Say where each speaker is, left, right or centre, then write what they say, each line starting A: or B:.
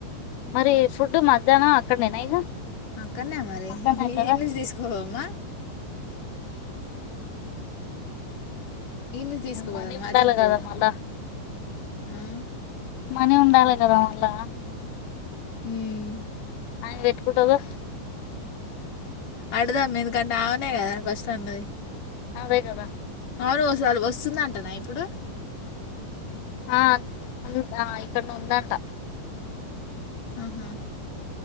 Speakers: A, on the left; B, on the left.
A: మరి ఫుడ్ మధ్యాహ్నం అక్కడ నేనా ఇగ
B: అక్కడనే మరి
A: అక్కడనే
B: ఈడ్
A: అయితదా
B: నుంచి తీసుకోదామా ఈన్ని తీసుకుపోదాం
A: మనీ
B: మా
A: ఉండాలి
B: చెప్పు
A: కదా మళ్ళా
B: ఆ
A: మనీ ఉండాలి కదా మళ్ళా
B: మ్
A: అయ్ మే పెట్టుకుటదో
B: అడదాం ఎందుకంటే అమనే కదా ఫస్ట్ అన్నది
A: అదే కదా
B: అవును వోసలు వస్తుందంటనా ఇప్పుడు
A: ఆ ఉ ఇక్కడనే ఉందంట
B: మ్ హు